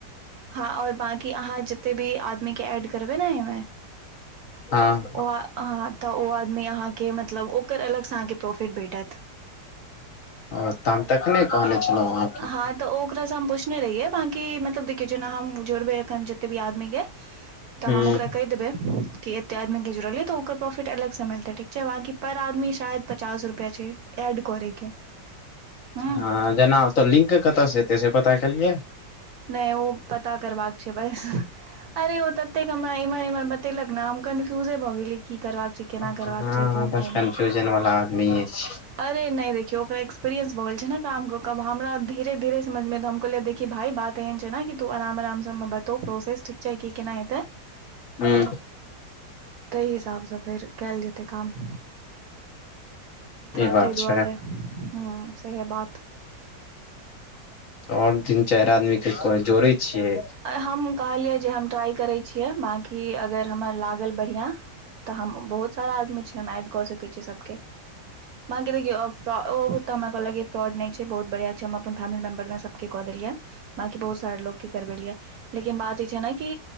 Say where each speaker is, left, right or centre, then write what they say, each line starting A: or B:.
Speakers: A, on the right; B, on the left.
A: हँ आओर बाँकी अहाँ जेते भी आदमी के एड करबै ने एहिमे
B: हँ
A: ओ आ अहाँ तऽ ओ आदमी अहाँके मतलब ओकर अलग स अहाँके प्रोफिट भेटत।
B: ओ तऽ हम तखने कहने छलौं अहाँके
A: हँ तऽ ओ ओकरासँ हम पुछने रहियै, बाँकी मतलब देखियौ जेना हम जोड़बै अखैन जेते भी आदमीे के तऽ
B: ह
A: हम ओकरा कहि देबै कि एते आदमीे के जोड़लियै तऽ ओकर प्रोफिट अलग सँ मिलतै ठीक छै, बाँकी पर आदमी शायद पचास रुपया छै एड करै के ह
B: हँ जेना ओतऽ लिंके कतय से हेतै से पता केलियै
A: नहि ओ पता करबाक छै बस। अरे ओ ततेक हमरा इम्हर इम्हर बतेलक न हम कन्फ्यूजे भऽ गेलियै, की करबाक छै। केना
B: हँ
A: करबाक
B: अहाँ
A: छै गाँव
B: बस
A: गाँव
B: कन्फ्यूजन
A: मे
B: वला आदमीेये छी।
A: अरे नय देखियौ ओकरा एक्सपीरियंस भऽ गेल छै ने काम कऽ कऽ, आब हमरा धीरे धीरे- समझ मे त हम कहलियै देखिये भाइ बात एहन छै न कि तु अराम अराम स समझ मे एतौ प्रोसेस ठीक छै की केना हेतै।
B: ह
A: तहि हिसाबस फेर कयल जेतै काम त
B: ई बात
A: तहि दुआरे
B: छै
A: हां सेहे बात
B: ओन तिन चारि आदमीे के जोड़ै छियै
A: आई हमहुं कहलियै जे हम ट्राई करै छियै बाकि अगर हमरा लागल बढ़िया त हम बहुत सारा आदमी छियै एड कऽ सकै छीयै सबके
B: <inaudible>
A: बाकि देखियौ ओ तऽ हमरा कहलक कि फ्रॉड नय छै बहुत बढ़िआं छै हम अपन फैमिली मेंबर मे सबके कऽ देलियै बाकि बहुत सारे लोग के करबेलिया लेकिन बात ई छै न कि